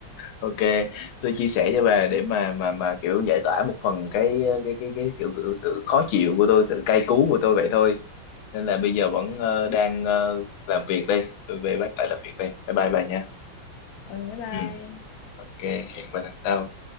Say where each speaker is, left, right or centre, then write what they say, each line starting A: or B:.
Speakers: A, on the left (about 85°); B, on the left (about 70°).
A: ok tôi chia sẻ cho bà để mà mà mà kiểu giải tỏa một phần cái cái cái cái kiểu, kiểu sự khó chịu của tôi sự cay cú của tôi vậy thôi nên là bây giờ vẫn ờ, đang ờ, làm việc đây tôi về bắt lại làm việc đây bye bye bà nha
B: ừ bye bye
A: ừ ok hẹn bà lần sau